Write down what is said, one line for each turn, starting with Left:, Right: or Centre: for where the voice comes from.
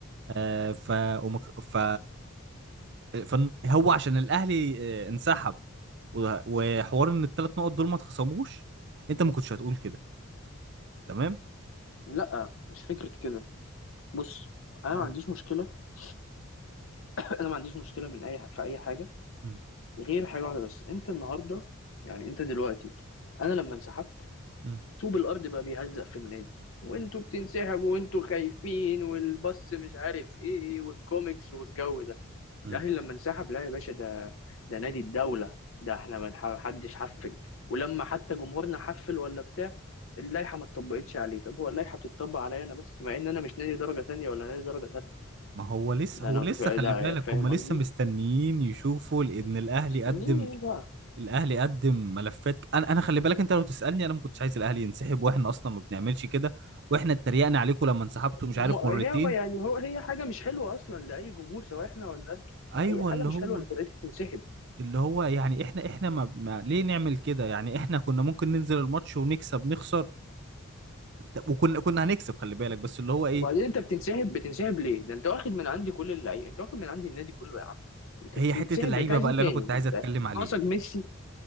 Right: آه ف ومك... ف فن- هو عشان الاهلي آه انسحب و- وحوار ان الثلاث نقط دول ما اتخصموش انت ما كنتش هتقول كده تمام
Left: لا مش فكره كده بص انا
Right: مم.
Left: ما عنديش مشكله <laughs> انا ما عنديش مشكله من اي في اي حاجه
Right: مم.
Left: غير حاجه واحده بس انت النهارده يعني انت دلوقتي انا لما انسحبت
Right: مم.
Left: طوب الارض بقى بيهزق في النادي وانتوا بتنسحبوا وانتوا خايفين والبص مش عارف ايه والكوميكس والجو ده
Right: مم.
Left: الاهلي لما انسحب لا يا باشا ده ده نادي الدوله ده احنا ما نح- حدش حفل ولما حتى جمهورنا حفل ولا بتاع اللائحه ما اتطبقتش عليه طب هو اللائحه بتتطبق عليا انا بس مع ان انا مش نادي درجه تانية ولا نادي درجه تالتة
Right: ما هو لسه
Left: ده
Right: هو
Left: انا
Right: لسه خلي
Left: ده
Right: بالك
Left: فاهم
Right: هم لسه
Left: قصدي
Right: مستنيين يشوفوا لان الاهلي
Left: مستنيين
Right: قدم
Left: ايه بقى
Right: الاهلي قدم ملفات انا انا خلي بالك انت لو تسالني انا ما كنتش عايز الاهلي ينسحب واحنا اصلا ما بنعملش كده واحنا اتريقنا عليكم لما انسحبتوا
Left: ما
Right: مش عارف مرتين
Left: هي ما يعني هو هي حاجه مش حلوه اصلا لاي جمهور سواء احنا ولا انتوا
Right: ايوه
Left: اي حاجه
Right: اللي
Left: مش
Right: هو
Left: حلوه ان فرقتي تنسحب
Right: اللي هو يعني احنا احنا ما, ما ليه نعمل كده يعني احنا كنا ممكن ننزل الماتش ونكسب نخسر طب وكنا كنا هنكسب خلي بالك بس اللي هو ايه
Left: وبعدين انت بتنسحب بتنسحب ليه ده انت واخد من عندي كل اللعيبه انت واخد من عندي النادي كله يا عم انت
Right: هي
Left: بتنسحب
Right: حتة اللعيبة
Left: ليه انت عايز
Right: بقى
Left: ايه
Right: اللي
Left: تاني
Right: انا كنت عايز
Left: انت
Right: اتكلم عليها
Left: ناقصك ميسي